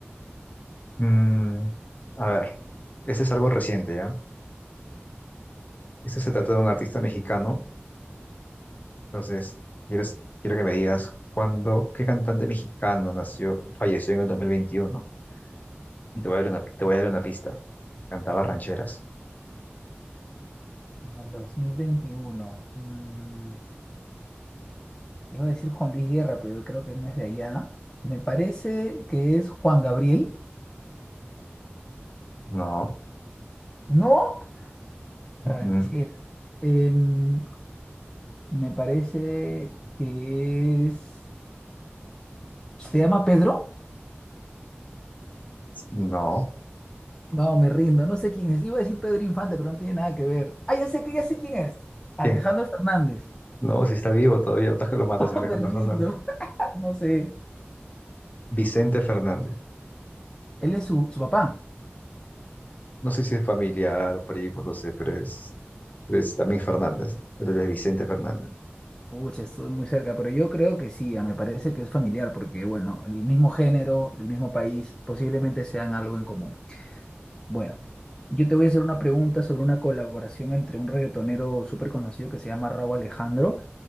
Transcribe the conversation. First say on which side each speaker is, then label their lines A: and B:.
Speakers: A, on the left (about 40°); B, on the left (about 15°).
A: Mm, a ver, este es algo reciente, ¿ya? Este se trata de un artista mexicano, entonces, ¿quieres, quiero que me digas cuándo, qué cantante mexicano nació, falleció en el 2021. Y te voy a dar una, te voy a dar una pista. Cantaba rancheras.
B: En el 2021 mm, iba a decir Juan Luis Guerra, pero creo que no es de allá. Me parece que es Juan Gabriel.
A: No,
B: No, rancheras.
A: mm,
B: Em, me parece que es... ¿Se llama Pedro?
A: no.
B: No, me rindo. No sé quién es. Iba a decir Pedro Infante, pero no tiene nada que ver. Ah, ya sé, que- ya sé quién es. Alejandro
A: ¿Quién?
B: Fernández.
A: No, si está vivo todavía, ¿estás que lo matas,
B: <laughs>
A: Alejandro
B: No, me rindo.
A: Fernández?
B: <laughs> No sé.
A: Vicente Fernández.
B: Él es su, su papá.
A: no sé si es familiar o por primo, no sé, pero es, es también Fernández, pero es Vicente Fernández.
B: Pucha, estuve muy cerca, pero yo creo que sí, ah, me parece que es familiar, porque bueno, el mismo género, el mismo país, posiblemente sean algo en común. Bueno, yo te voy a hacer una pregunta sobre una colaboración entre un reggaetonero súper conocido que se llama Rauw Alejandro,